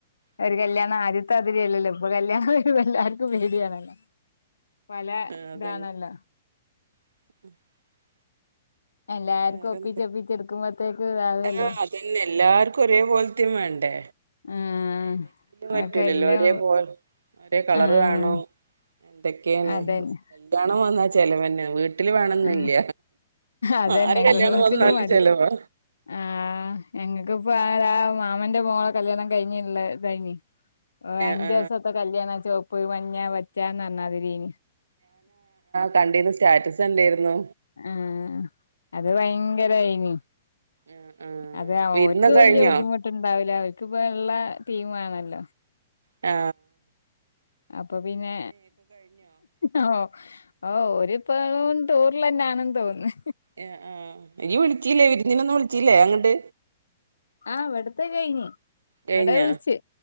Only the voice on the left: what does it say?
ഒരു കല്യാണം
ആദ്യത്തെ ല്ലല്ലോ ഇപ്പ കല്യാണംമ്പോ എല്ലാർക്കും പേടിയാണല്ലോ പല
ഇതാണല്ലോ
എല്ലാർക്കും
ഒപ്പിച്ചൊപ്പിച്ചെടുക്കുമ്പോത്തേക്ക് ഇതാവുല്ലോ
ആഹ്
അതൊക്കെ
എല്ലാം
ആഹ്
അതന്നെ
ആഹ് അതന്നെ
ഗുടുംബത്തിലും
മതി
ആ ഞ ഇപ്പോ ആ മാമന്റെ മോളെ കല്യാണം കഴിഞ്ഞിള്ള കഴിഞ്ഞ് ഓ
അഞ്ച് ദിവസത്തെ കല്യാണ ചൊവപ്പ് മഞ്ഞ പച്ച ച്ചാ നന്നാതിരിനി
ആ അത് ഭയങ്കരായിനി
അതെ അവർക്ക്
വല്യ
ബുദ്ധിമുട്ടുണ്ടാവില്ല അവർക്കിപ്പോ ഉള്ള ടീമാ നല്ല
അപ്പൊ പിന്നെ ഓ ഹ ഓരിപ്പോ ടൂറിലന്നാണെന്ന് തോന്ന്ന്ന്
ആ ഇവിടത്തെ കഴിഞ്ഞ്
ഇവട വിളിച്ച്